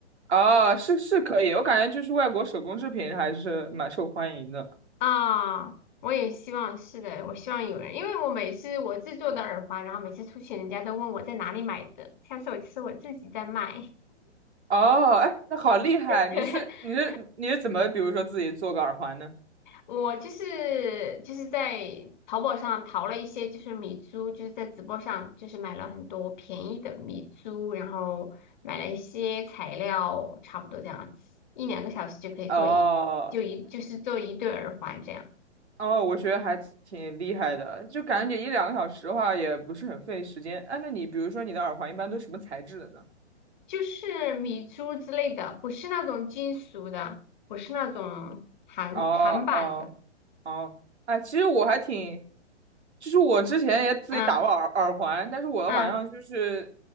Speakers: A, on the right; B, on the left.
A: 哦，是是可以，我感觉就是外国手工制品还是蛮受欢迎的。
B: 啊，我也希望是的，我希望有人，因为我每次我制作的耳环，然后每次出去人家都问我在哪里买的，下次我就是我自己在卖，
A: 哦，哎，那好厉害！你是你是你是怎么，
B: <laughs>
A: 比如说自己做个耳环呢？
B: 我就是就是在淘宝上淘了一些就是米珠，就是在直播上就是买了很多便宜的米珠，然后买了一些材料，差不多这样子，一两个小时就可以做一就一就是做一对耳环这样。
A: 哦。哦，我觉得还挺厉害的，就感觉一两个小时的话也不是很费时间。哎，那你比如说你的耳环一般都是什么材质的呢？
B: 就是米珠之类的，不是那种金属的，不是那种韩韩版的。
A: 哦哦哦，哎，其实我还挺，就是我之前也自己打过耳耳环，
B: 嗯
A: 但是我好像就是
B: 嗯，